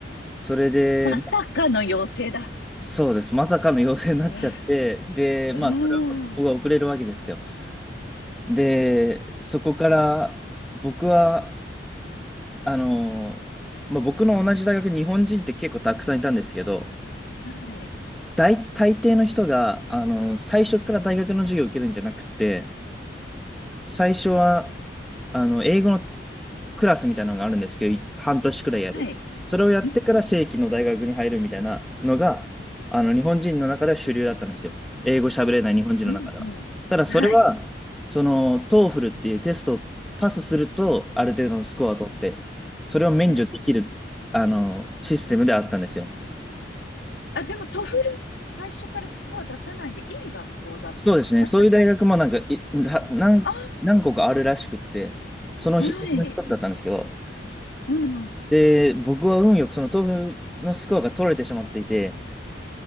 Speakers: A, in the centre; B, on the left.
A: それで、
B: まさかの妖精だ。
A: まそうです。まさかの陽性になっちゃって、
B: <laughs>
A: で、まあ、
B: うん、
A: それはもう渡航が遅れるわけですよ。
B: うん
A: で、そこから、僕は、あの、まあ、僕の同じ大学、日本人って結構たくさんいたんですけど、
B: はい。
A: 大、大抵の人が、あの、最初から大学の授業を受けるんじゃなくて、最初は、あの、英語のクラスみたいなのがあるんですけど、い半年くらいやる。
B: はい。
A: それをやってから正規の大学に入るみたいなのが、
B: うん、
A: あの、日本人の中では主流だったんですよ。英語喋れない日本人の中では。
B: うん、う
A: ただ、それは、
B: ん。はい。
A: その、トーフルっていうテストをパスすると、ある程度のスコアを取って、それを免除できる、
B: はい。
A: あの、システムであったんですよ。
B: あ、でもトフル最初からスコア出さないでいい学校だったのかな、
A: そうですね。そういう大学もなんか、
B: じゃ
A: い、は何、
B: あ。
A: 何個かあるらしくって、その日、
B: あ、はい。
A: うちの一つだったんですけど、
B: うんうん。
A: で、僕は運よくその豆腐のスコアが取れてしまっていて、